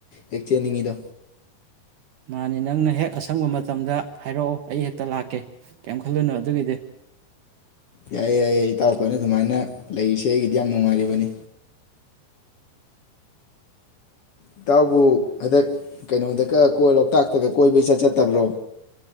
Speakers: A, on the left; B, on the right.
A: ꯍꯦꯛ ꯆꯦꯟꯅꯤꯡꯉꯤꯗꯣ
B: ꯃꯥꯅꯤ ꯅꯪꯅ ꯍꯦꯛ ꯑꯁꯪꯕ ꯃꯇꯝꯗ ꯍꯥꯏꯔꯛꯑꯣ ꯑꯩ ꯍꯦꯛꯇ ꯂꯥꯛꯀꯦ ꯀꯌꯤꯝ ꯈꯜꯂꯨꯅꯨ ꯑꯗꯨꯒꯤꯗꯤ
A: ꯌꯥꯏꯌꯦ ꯌꯥꯏꯌꯦ ꯏꯇꯥꯎ ꯈꯣꯏꯅ ꯑꯗꯨꯃꯥꯏꯅ ꯂꯩꯔꯤꯁꯦ ꯑꯩꯒꯤꯗꯤ ꯌꯥꯝ ꯅꯨꯡꯉꯥꯏꯔꯤꯕꯅꯤ ꯏꯇꯥꯎꯕꯨ ꯍꯟꯗꯛ ꯀꯩꯅꯣꯗꯀꯥ ꯀꯣꯏ ꯂꯣꯛꯇꯥꯛꯇꯒ ꯀꯣꯏꯕ ꯏꯆꯠ ꯆꯠꯇꯕ꯭ꯔꯣ